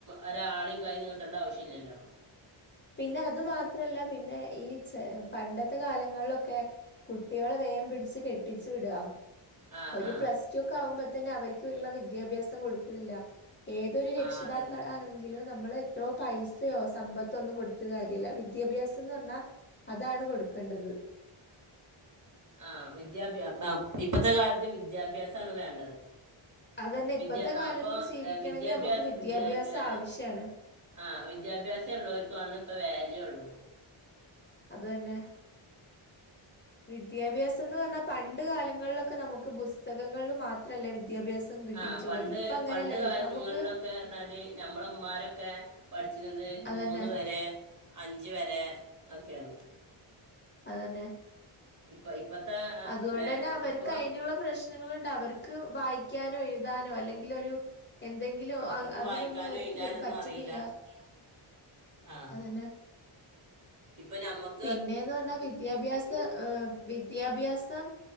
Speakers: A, on the right (about 35°); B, on the left (about 25°).
A: ഒരാളും കയ്യി നീട്ടേണ്ട ആവശ്യം ഇല്ലല്ലോ
B: പിന്നെ അതു മാത്രല്ല പിന്നെ ഈ ചെ പണ്ടത്തെ കാലങ്ങളിലൊക്കെ കുട്ടികളെ വേഗം പിടിച്ച് കെട്ടിച്ചു വിടുക
A: ആ
B: ഒരു
A: ആ
B: പ്ലസ് ടു ഒക്കെ ആകുമ്പോ തന്നെ അവർക്കുള്ള വിദ്യാഭ്യാസം കൊടുക്കുന്നില്ല ഏതൊരു രക്ഷിതാക്കൾ
A: ആ അതന്നെ
B: ആണെങ്കിലും നമ്മൾ എത്രോ പൈസയോ സമ്പത്ത് അതൊന്നും കൊടുത്ത് കാര്യമില്ല വിദ്യാഭ്യാസം എന്ന് പറഞ്ഞാൽ അതാണ് കൊടുക്കേണ്ടത്
A: ആഹ് വിദ്യാഭ്യാആഹ് ടട്ടഇപ്പത്തെ കാലത്ത് വിദ്യാഭ്യാസമാണ് വേണ്ടത്
B: അതന്നെ
A: വിദ്യാ
B: ഇപ്പത്തെ കാലത്ത്
A: അപ്പൊ
B: ജീവിക്കണെങ്കി
A: വിദ്യാഭ്യാസ
B: നമുക്ക് വിദ്യാഭ്യാസം
A: വിദ്യ ഏ
B: ആവശ്യാണ്
A: ആഹ് വിദ്യാഭ്യാസം ഉള്ളവർക്കാണ് ഇപ്പൊ വാല്യൂ ഉള്ളൂ
B: അത് തന്നെ വിദ്യാഭ്യാസം എന്ന് പറഞ്ഞാ പണ്ട് കാലങ്ങളിലൊക്കെ നമുക്ക് പുസ്തകങ്ങളിൽ മാത്രല്ല വിദ്യാഭ്യാസം കിട്ടിയിട്ടുള്ളത്
A: ആഹ് പണ്ട്
B: ഇപ്പ അങ്ങനെയല്ലല്ലോ
A: പണ്ട് കാലങ്ങളിലൊക്കെ
B: ഇപ്പ നമുക്ക്
A: പറഞ്ഞാല് നമ്മളമ്മമാരൊക്കെ പഠിച്ചിരുന്നത്
B: അതന്നെ
A: മൂന്ന് വരെ അഞ്ച് വരെ ഒക്കെയാണ്
B: അതന്നെ
A: ഇപ്പൊ ഇപ്പത്തെ
B: അതുകൊണ്ടന്നെ
A: മേ
B: അവർക്ക്
A: ഇപ്പൊ
B: അയിനുള്ള പ്രശ്നങ്ങളുണ്ട് അവർക്ക് വായിക്കാനോ എഴുതാനോ അല്ലെങ്കിൽ ഒരു എന്തെങ്കിലോ
A: അവർക്ക്
B: അതിനൊന്നും
A: വായിക്കാനും
B: അവർക്ക്
A: എഴുതാനൊന്നും
B: പറ്റുന്നില്ല
A: അറിയില്ല ആ
B: അതന്നെ
A: ഇപ്പൊ ഞമ്മക്ക്
B: പിന്നേന്ന് പറഞ്ഞാ വിദ്യാഭ്യാസ ഏഹ് വിദ്യാഭ്യാസം